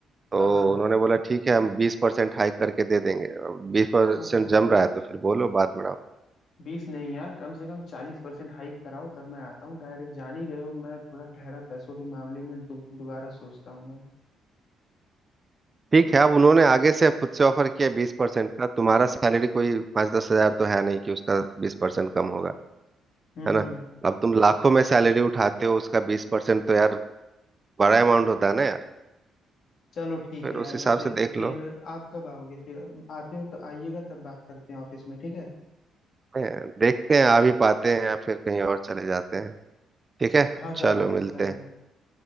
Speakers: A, on the right; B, on the left.
A: तो
B: हाँ हाँ
A: उन्होंने बोला ठीक है हम बीस परसेंट हाइक करके दे देंगे बीस परसेंट
B: ओहो
A: जम रहा है तो फिर बोलो बात बढ़ाओ
B: बीस नहीं यार कम से कम चालीस परसेंट हाइक कराओ तब मैं आता हूँ डायरेक्ट जान ही रहे हो मैं थोड़ा ठहरा पैसों के मामले में दो- दोबारा सोचता हूँ मैं
A: ठीक है अब उन्होंने आगे से खुद से ऑफर किया बीस परसेंट का तुम्हारा सैलरी कोई पाँच दस हजार तो है नहीं कि उसका बीस परसेंट कम होगा
B: हम्म
A: है ना
B: हम्म
A: अब तुम लाखों में सैलरी उठाते हो उसका बीस परसेंट तो यार बड़ा अमाउंट होता है ना यार
B: चलो ठीक
A: फिर
B: है यार
A: उस हिसाब
B: वैसे
A: से देख
B: फिर
A: लो
B: आप कब आओगे फिर आते हो तो आइएगा तब बात करते हैं ऑफिस में ठीक है
A: हैं, देखते हैं आ भी पाते हैं या फिर कहीं और चले जाते हैं ठीक है
B: कहाँ जाओगे
A: चलो मिलते
B: इस समय
A: हैं